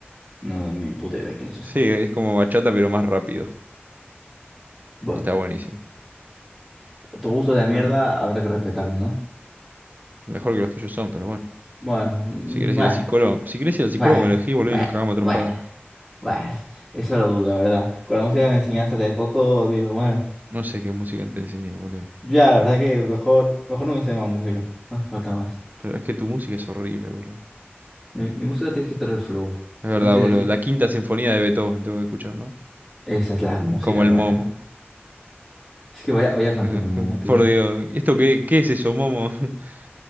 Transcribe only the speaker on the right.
Sí, es como bachata, pero más rápido.
Y está buenísimo.
Pero
mejor que los tuyos son, pero bueno.
Si querés
ir al psicólogo, si querés ir al
psicólogo, me lo decís, boludo,
y nos cagamos a trompadas.
Sí.
No sé qué música te enseñé, boludo.
Pero es que tu música es horrible, boludo.
Es
verdad,
boludo.
La quinta sinfonía de Beethoven tengo que escuchar, ¿no?
Como el
Momo.
Dije,
<laughs>
por Dios, ¿esto qué, qué es eso, Momo? <laughs> Esta